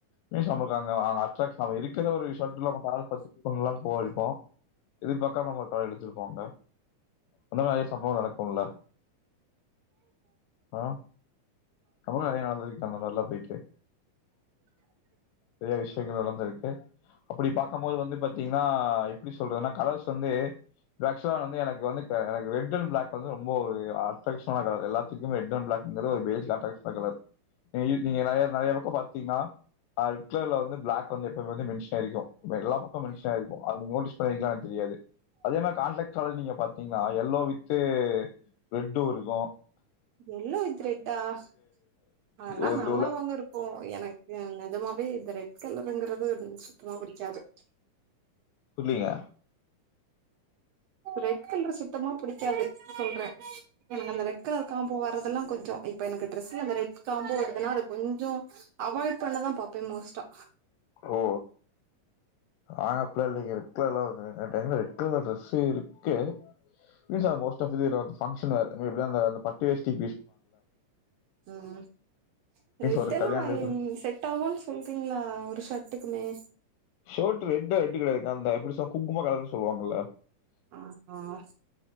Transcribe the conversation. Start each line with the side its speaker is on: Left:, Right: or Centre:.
Left: மீஸ் சாப்புட்றாங்க ஆனா ஷர்ச் அவ இருக்கிற ஒரு ரெசாட்ல நமக்கு ஆளு பாத்து தூக்கமில்லாம போகருக்கோ எதிர்பாக்காம நம்மளோட தலயெழுத்து இருக்குல்ல இன்னோ நெறைய சம்பவ நடக்குல்ல ஆ நம்மளு நெறையா நடந்திருக்க அந்த மார்ல்லா போயிட்டு பெரிய விஷ் எங்க நடந்திருக்கு அப்படி பார்க்கபோது வந்து பத்த தீங்னா எப்டி சொல்றதுனா கலர்ஸ் வந்து வாக்சுவ்லா வந்து எனக்கு வந்து இப்ப எனக்கு ரெட் அன் பிளாக் வந்து ரொம்ப ஒரு ஆ ட்ரெடிக்ஷனலான கலரு எல்லாத்துக்கும் ரெட் அன் பிளாக்குங்கறது ஒரு பேஜ் லேப்டாப் அங்க பாரு நீ நீங்கயெதாவ்து நெறைய பக்க பாத்தீங்னா ஆ கேவ்ல வந்து பிளாக் வந்து எப்பவுமே வந்து மென்ஷன் ஆயிருக்கு இந்த எல்லா பக்க மென்ஷன் ஆயிருக்கு அத நீ‌ நோட்டீஸ் பண்ணிருக்கியான் தெரியாது அதே மாரி கான்ட்டக்ட் கலர் நீங்க பாத்தீங்னா எல்லோ வித்து ரெட்டு இருக்கு
Right: வெள்ள இதர தாஃப் அதெல்லா
Left: ஒரு
Right: நல்லாதாங்க
Left: ஒரு
Right: இருப்போ எனக்கு நெஜமாவ் இந்த ரெட் கலர் உ சுத்தமா குடிக்காது
Left: புரியலீங்க
Right: ரெட் கலர் சுத்தமா புடிக்காது சொல்றேன் அந்த ரெட் கலர் காம்போ வரதெல்லாம் கொஞ்சம் இப்ப எனக்கு டிரெஸ்ல அந்த ரெட் காம்போ வருதுன்னா அது கொஞ்சம் அவாய்ட் பண்ணதான் பாப்பேன் மோஸ்ட்டா
Left: ஓ அ அப்படிலாம் இல்லங்க ரெட் கலர் என்ட ரெட் கலர் டிரஸ் இருக்கு மீன்ஸ்னா மோஸ்டா பங்க்ஷன் வேர் <unintelligible> பட்டு வேஷ்டி
Right: உம் ரெட்
Left: ஒரு
Right: எல்லாம்
Left: கல்யாண வீட்ல
Right: செட் ஆகன்னனு சொல்றீங்களா ஒரு ஷர்ட்டுக்குமே
Left: ஷர்ட் ரெட்டா ரெட் கெடையாது இருக்கான்ந்தான் எப்படி சா குங்கும கலர்னு சொல்லுவாங்களா
Right: ஆஹ் ஆஹ்